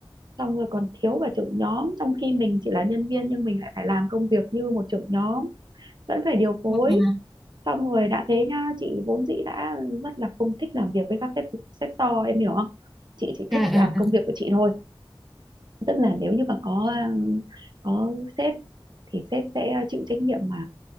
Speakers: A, on the right; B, in the centre.
A: xong rồi còn thiếu cả trưởng nhóm trong khi mình chỉ là nhân viên nhưng mình lại phải làm công việc như một trưởng nhóm vẫn phải điều phối
B: ừ ừ
A: xong rồi đã thế nhá chị vốn dĩ đã rất là không thích làm việc với các sếp sếp to em hiểu không chị chỉ
B: ừ
A: thích làm
B: ừ
A: công việc của chị thôi tức là nếu như mà có ừ, có sếp thì sếp sẽ chịu trách nhiệm mà